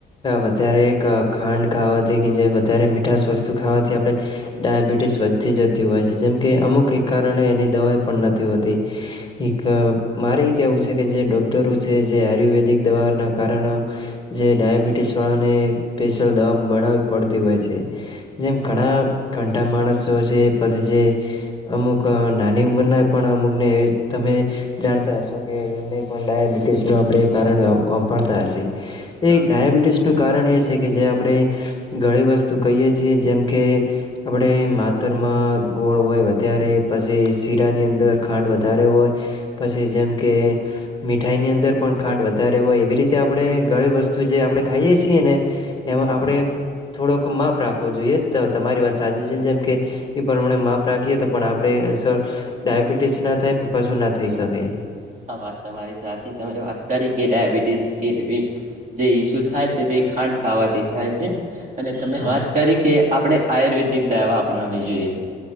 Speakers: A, on the left (about 25°); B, on the right (about 40°).
A: વધારે ખાંડ ખાવાથી કે જે વધારે મીઠશ વસ્તુ ખાવાથી આપણે ડાયાબિટીસ વધતી જતી હોય છે જેમ કે અમુક એક કારણે એની દવાઈ પણ નથી હોતી. એક મારે એ કેવું છે કે જે ડોક્ટરો છે જે આયુર્વેદિક દવા ના કારણ જે ડાયાબિટીસ વાળાને સ્પેશિયલ દવા બનાવવી પડતી હોય છે. જેમ
B: હા
A: ઘણા કંઠા માણસો છે પછી જે અમુક નાની ઉંમર ના પણ અમુક ને અમે જાણતા હશો કેમને પણ ડાયાબિટીસ ન આપણે કારણ વાંભાળતા હશે. એ
B: હા
A: ડયાબિટીસ નું કારણ એ છે કે જે આપણે ઘણી વસ્તુ કહીએ છીએ જેમ કે આપણે માતા રમાં ગોળ હોય વધારે પછી શીરાની અંદર ખાંડ વધારે હોય પછી જેમ કે મીઠાઈ ની અંદર પણ ખાંડ વધારે હોય એવી રીતે આપણે ગળી વસ્તુ જે આપડણે ખાઈએ છીએ ને એમાં
B: હા
A: આપણેે થોડોક માપ રાખવો જોઈએ. તો તમારી વાત સાચી છે જેમ કે એ પ્રમાણે માપ રાખીએ તો પણ આપણે સર ડાયાબિટીસ ના થાય પણ કશું ના થઈ શકે.
B: હ વાત તમારી સાચી તમે વાત કરી કે ડાયાબિટીસ કેવી જે ઈસ્યુ થાય છે તે ખાંડ ખાવાતી જાય છે અને તમે
A: હા
B: વાત કરી કે આપણે આયુર્વેદિક દવા અપનાવી જોઈએ.